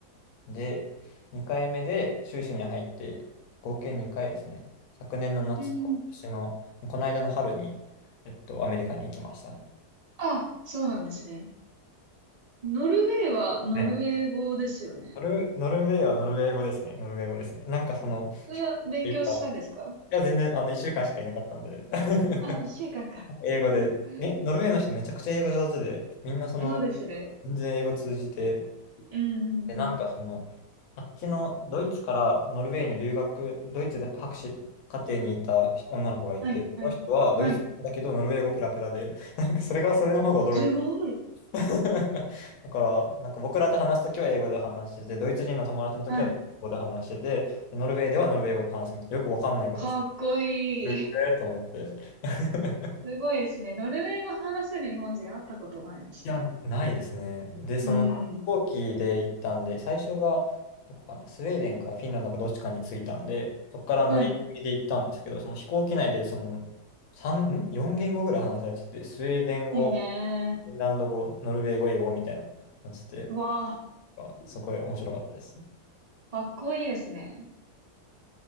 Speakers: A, on the left; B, on the right.
A: で、で2回目で修士に入って、合計2回ですね。昨年の夏と今年の、
B: うん。
A: この間の春に、えっと、アメリカに行きましたね。
B: あ、そうなんですね。ノルウェーはノルウェー語ですよね。
A: ねノル、ノルウェーはノルウェー語ですね。ノルウェー語ですね。なんかその、
B: それは勉強したんですか
A: 飛行機がいや、全然、あの、1週間しかいなかったんで。<laughs>
B: あ、一週間か。
A: 英語で、
B: <laughs>
A: げノルウェーの人めちゃくちゃ英語上手で、みんなその、
B: そうですね。
A: 全然英語通じて、
B: うんうんうん。
A: で、なんかその、あっちのドイツからノルウェーに留学、ドイツで博士課程にいた女の子がいて、
B: はい、はい。
A: その人はドイツだけどノルウェー語ペラペラで、
B: はい。
A: なんかそれがそれの方が驚いた。
B: すごい。
A: <laughs> だから、なんか僕らと話すときは英語で話してて、ドイツ人の友達のときはドイツ語で話してて、
B: はい。
A: でノルウェーではノルウェー語で話すみたいな、よくわかんないことして
B: かっこいい。
A: る、えーと思って。<laughs>
B: すごいですね。ノルウェー語話せる日本人会ったことないです
A: いや、ないですね。で、その飛行機で行ったんで、
B: ね。うん。
A: 最初がどこかな、スウェーデンかフィンランドかどっちかに着いたんで、そこから乗り継ぎで行ったんですけど、
B: はい。
A: その飛行機内でその3、ん ?4 言語ぐらい話されてて、スウェーデン語、
B: へえ。
A: フィンランド語、ノルウェー語、英語みたいなのしてて、
B: うわ
A: なんかすごい面白かったです。
B: あ、かっこいいですね。